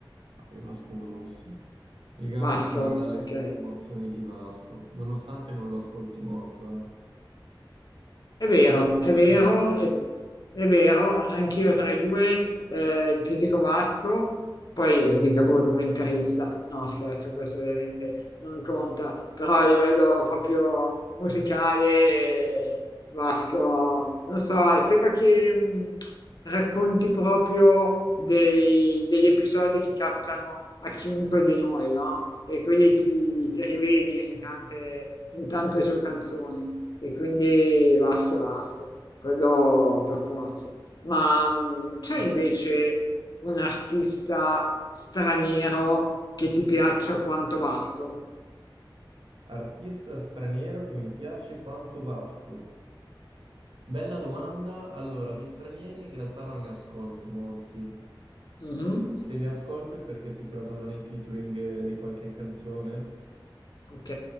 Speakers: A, on the right (about 80°); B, on the left (about 50°).
A: Ah, Che Vasco Rossi. Il Gabugno
B: Vasco,
A: mi dà le
B: ok.
A: stesse emozioni di Vasco, nonostante non lo ascolti molto, eh.
B: È vero,
A: Sincero.
B: è vero, è, è vero, anch'io tra i due eh, ti dico Vasco, poi Ligabue pure interista, no scherzo, questo ovviamente non conta, però a livello proprio musicale eh, Vasco, non so, sembra che mh, racconti proprio dei- degli episodi che capitano a chiunque di noi, no? E quindi ti, ti rivedi in tante, in tante sue canzoni e quindi Vasco è Vasco, quello per forza. Ma mh, c'è
A: Eh,
B: invece un artista straniero che ti piaccia quanto Vasco?
A: Artista straniero che mi piace quanto Vasco. Bella domanda. Allora, di stranieri in realtà non ne ascolto molti.
B: Mhm,
A: Se li ascolto è perché si trovano nei featuring eh, di qualche canzone.
B: Ok,